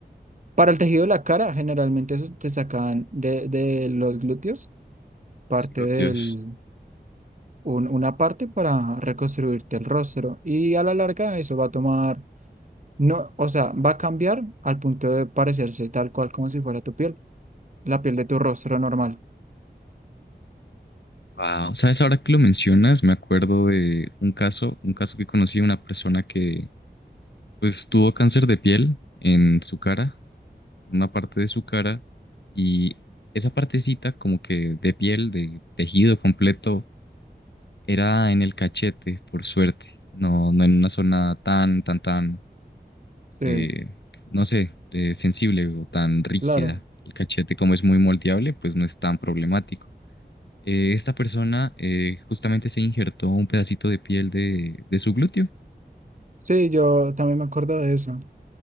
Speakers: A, on the right; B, on the left.
A: para el tejido de la cara, generalmente eso te sacan de, de los glúteos, parte
B: Los glúteos.
A: del, un- una parte para reconstruirte el rostro, y a la larga eso va a tomar, no, o sea, va a cambiar al punto de parecerse tal cual como si fuera tu piel, la piel de tu rostro normal.
B: Wow, sabes, ahora que lo mencionas, me acuerdo de un caso, un caso que conocí una persona que pues tuvo cáncer de piel en su cara, en una parte de su cara, y esa partecita como que de piel, de tejido completo, era en el cachete, por suerte, no, no en una zona tan, tan, tan,
A: Sí,
B: eh, no sé, eh, sensible o tan rígida.
A: claro.
B: El cachete como es muy moldeable, pues no es tan problemático eh, esta persona eh, justamente se injertó un pedacito de piel de, de su glúteo.
A: Sí, yo también me acuerdo de eso.